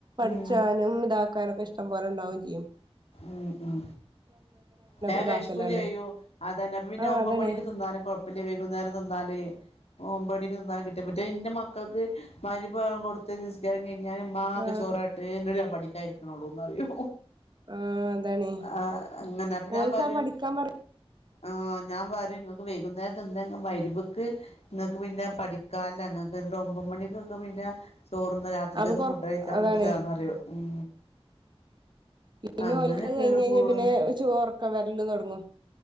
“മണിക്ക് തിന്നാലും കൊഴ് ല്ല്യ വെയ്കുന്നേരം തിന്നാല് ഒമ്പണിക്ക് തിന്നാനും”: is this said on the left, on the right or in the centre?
Left